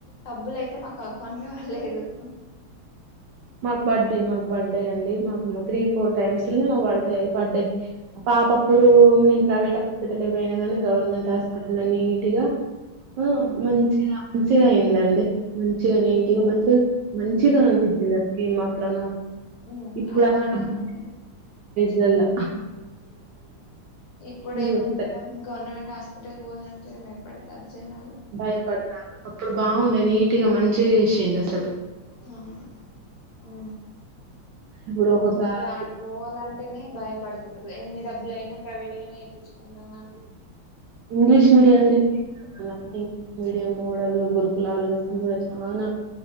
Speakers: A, on the left (about 80°); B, on the right (about 75°).
A: డబ్బులుయితే మాకు అకౌంట్ లో పడలేదు
B: మాకు పడ్డయ్ మాకు పడ్డయ్ అండి మాకు త్రీ ఫోర్ టైమ్స్ లో పడతాయి అవి పడ్డయ్ పాపప్పుడు
A: ఆహా
B: మ్మ్ నేను ప్రవేట్ హా పోయినా కానీ గవర్నమెంట్ హాస్పిటల్ లో నీట్ గా ఆ
A: ఉమ్
B: మంచిగా మంచిగా అయిందండి మంచిగా నీట్గా
A: ఉమ్
B: మంచిగా మంచిగా అనిపి ఇలా ఈ మాత్రం నాకు
A: ఉమ్
B: ఇప్పుడు
A: అది
B: <unintelligible>
A: బానే ఉంది
B: జల్లా
A: ఇప్పుడు ఏముంది
B: చూస్తారు.
A: మేడం గవర్నమెంట్ హాస్ప హాస్పిటల్ పోవాలంటే భయపడతారు జనాలు
B: భయపడతారు అప్పుడు బావుండే నీట్ గా మంచిగా చేసిండు అసలు
A: అ అ
B: ఇప్పుడు ఒక క్లాస్
A: ఇప్పుడు ఆటు పోవాలంటేనే భయపడుతురు ఎన్ని డబ్బులు అయినా ప్రవేట్గానే చూప్పించుకుంటాం కానీ
B: ఇంగ్లీష్ మీడియం అని చె <unintelligible> మీడియం మోడల్లు గురుకులాలు ఇప్పుడు కూడా చానా